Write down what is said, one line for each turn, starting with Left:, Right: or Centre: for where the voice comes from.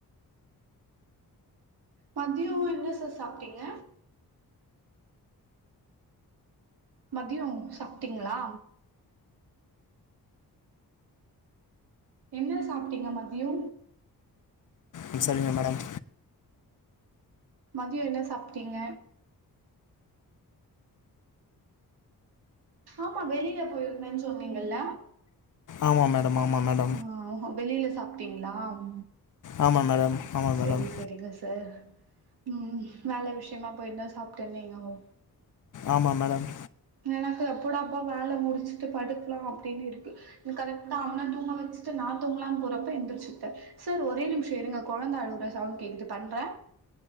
Right: மத்யோ என்ன சார் சாப்ட்டீங்க மத்தியோ சாப்ட்டீங்ளா என்ன சாப்ட்டீங்க மத்யோ
Left: ம் சரிங்க மேடம்
Right: மத்யோ என்ன சாப்ட்டீங்க ஆமா வெளிலப் போயிருந்தன் சொன்னீங்கில்ல
Left: ஆமா மேம் த மாமா மேடம்
Right: ஆ ஓஹோ வெளில சாப்ட்டீங்ளாம்
Left: ஆமா மேடம் ஆமாம்
Right: செரி
Left: மேடம்
Right: செரிங்க சார் ம் வேல விஷ்யமா போய்ருந்ததா சாப்ட்டன்னீங்கவோ
Left: ஆமா மேடம்
Right: எனக்கு எப்படாப்பா வேல முடிச்சுட்டு படுக்லா அப்டின் இருக்கு னு கரெக்டா அவனத் தூங்க வெச்சுட்டு நாத் தூங்கலான் போறப்ப எந்திரிச்சிட்ட சார் ஒரே நிம்ஷோ இருங்க கொழந்த அழுவுற சவுண்ட் கேக்குது பண்றே